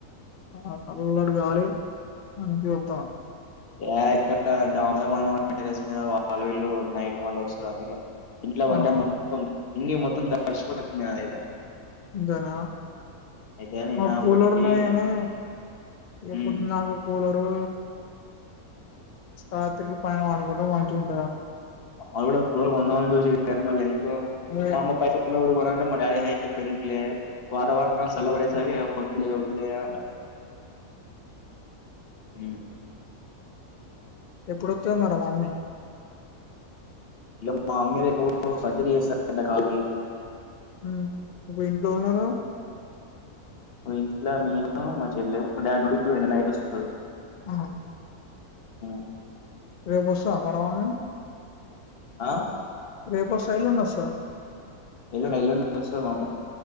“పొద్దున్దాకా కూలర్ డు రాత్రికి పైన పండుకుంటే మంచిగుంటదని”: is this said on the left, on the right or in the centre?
Left